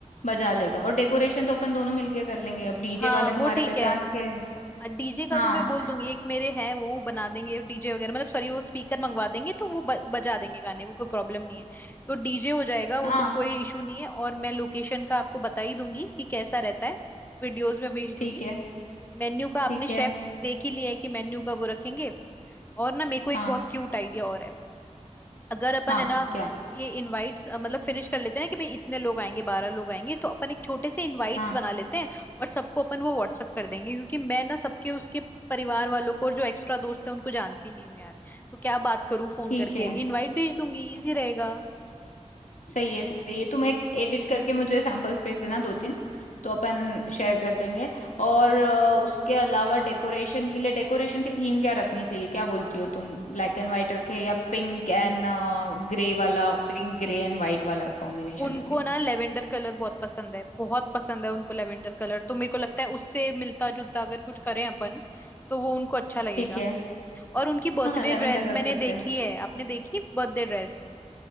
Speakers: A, on the left; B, on the left.
A: बजा लेगा और डेकोरेशन तो अपन दोनों मिलके कर लेंगे अब डीजे
B: हाँ
A: वाले तुम्हारे
B: वो ठीक
A: पहचान
B: है
A: के हैं।
B: डीजे का
A: हाँ
B: तो मैं बोल दूंगी एक मेरे हैं वो बना देंगे डीजे वगैरह मतलब सॉरी वो स्पीकर मंगवा देंगे तो वो ब, बजा देंगे गाने वो कोई प्रॉब्लम नहीं है तो डीजे हो जाएगा वो
A: हाँ
B: तो कोई इशू नहीं है और मैं लोकेशन का आपको बता ही दूंगी कि कैसा रहता है वीडियोस में भेज
A: ठीक
B: दूंगी
A: है
B: मेन्यू का आपने
A: ठीक
B: शेफ
A: है
B: देख ही लिया है कि मेन्यू का वो रखेंगे और ना मेरे को एक
A: हाँ
B: बहुत क्यूट आइडिया और है अगर अपन
A: हाँ
B: है ना
A: क्या
B: ये इनवाइट्स मतलब फिनिश कर लेते हैं ना कि भाई इतने लोग आएंगे बारह लोग आएंगे तो अपन एक छोटे से इनवाइट्स
A: हाँ
B: बना लेते हैं और सबको अपन वो व्हाट्सअप कर देंगे क्योंकि मैं ना सबके उसके परिवार वालों को और जो एक्स्ट्रा दोस्त है उनको जानती नहीं हूँ यार तो क्या बात करूँ फोन
A: ठीक
B: करके
A: है
B: इनवाइट भेज दूंगी इजी रहेगा
A: सही है सही है तुम एक एडिट करके मुझे सैंपल्स भेज देना दो तीन तो अपन शेयर कर देंगे और अ, उसके अलावा डेकोरेशन के लिए डेकोरेशन की थीम क्या रखनी चाहिए क्या बोलती हो तुम ब्लैक एंड व्हाइट रखे या पिंक एंड ग्रे वाला पिंक ग्रे एंड व्हाइट वाला कॉम्बिनेशन
B: उनको
A: रखे
B: ना लेवेंडर कलर बहुत पसंद है बहुत पसंद है उनको लेवेंडर कलर तो मेरे को लगता है उससे मिलता जुलता अगर कुछ करें अपन तो वो उनको अच्छा लगेगा
A: ठीक है
B: और उनकी बर्थडे
A: हाँ लेवेंडर
B: ड्रेस
A: रख
B: मैंने
A: सकते
B: देखी
A: हैं
B: है आपने देखी बर्थडे ड्रेस